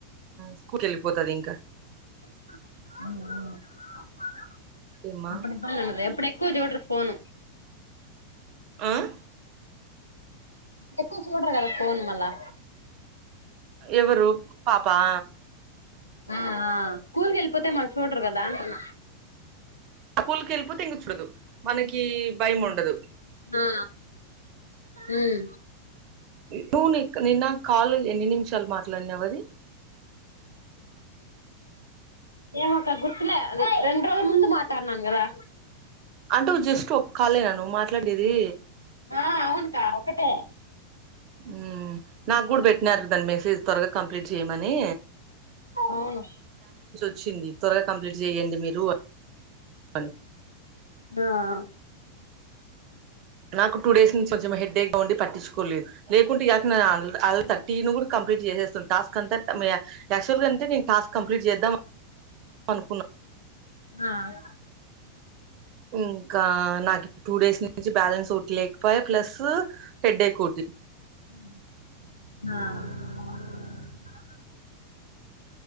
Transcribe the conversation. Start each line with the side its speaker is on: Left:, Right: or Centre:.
Right: స్కూల్కి వెళ్ళిపోతది ఇంకా
Left: <unintelligible>
Right: ఏమ్మా
Left: ఎక్కువ చూడరు ఫోన్
Right: ఆహ్
Left: ఎక్కువ చూడరు కదా ఫోన్ మల్లా
Right: ఎవరు పాపాా
Left: ఆ స్కూల్ కి వెళ్ళిపోతే మల్ల చూడ్ర గదా అంటున్న
Right: స్కూల్కి వెళ్ళిపోతే ఇంకా చూడదు మనకి భయం ఉండదు
Left: ఆ ఉమ్
Right: టూ నిన్న కాల్ ఎన్ని నిమిషాలు మాట్లాడినావది
Left: ఏను ఒక గుర్తులే రెండు రోజుల ముందు మాట్లాడినాను కదా
Right: అంటే జస్ట్ ఒ కాలేనా ను మాట్లాడేనది
Left: ఆ అవునుకా ఒక్కటే
Right: హమ్ నాకు కూడా పెట్టినారుదాండి మెసేజ్ త్వరగా కంప్లీట్ చేయ్యమని
Left: అవును
Right: వచ్చింది త్వరగా కంప్లీట్ చేయండి మీరు అని
Left: ఆహ్
Right: నాకు టూ డేస్ నుంచి కొంచెం హెడ్డేక్గా ఉండి పట్టించుకోలేదు లేకుంటే ఇక తీర్టీన్ కూడా కంప్లీట్ కంప్ట్ చేసేా టాస్క్ అంతా యాక్చువల్ గా అంటే టాస్క్ కంప్లీట్ చేద్దాం అను
Left: ఆహ్
Right: ఇంకా నాకు టూ డేస్ నుంచి బ్యాలెన్స్ ఒకటి లేకపోయ ప్లస్ హెడేక్ ఒకటి
Left: ఆహ్